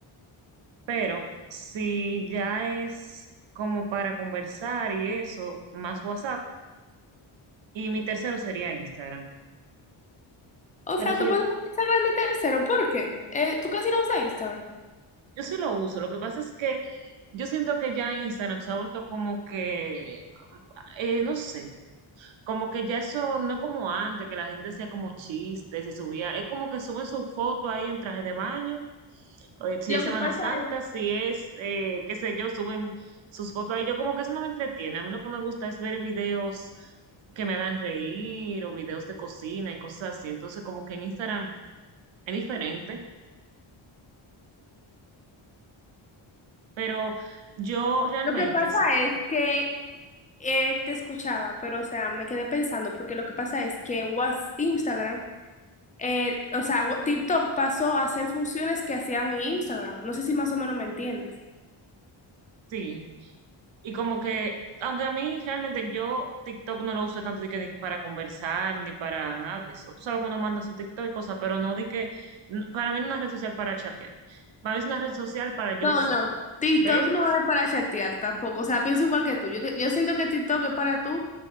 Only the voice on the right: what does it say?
Pero si ya es como para conversar y eso, más WhatsApp. Y mi tercero sería Instagram.
Pero
si
yo,
yo sí lo uso. Lo que pasa es que yo siento que ya Instagram se ha vuelto como que, eh, no sé. Como que ya eso no es como antes, que la gente hacía como chistes y subía. Es como que suben su foto ahí en traje de baño. o, eh, Si
es Semana
Santa,
si es, eh, qué sé yo, suben sus fotos ahí. Yo como que eso no me entretiene. A mí lo que me gusta es ver videos que me hagan reír o videos de cocina y cosas así. Entonces, como que en Instagram es diferente. Pero yo realmente
sí. Y como que, aunque a mí realmente yo TikTok no lo uso tanto de que, de que para conversar ni para nada de eso. Tú sabes cuando manda su TikTok y cosas, pero no di que, n- para mí no es una red social para chatear. Para mí es una red social para yo
ver.
Ver,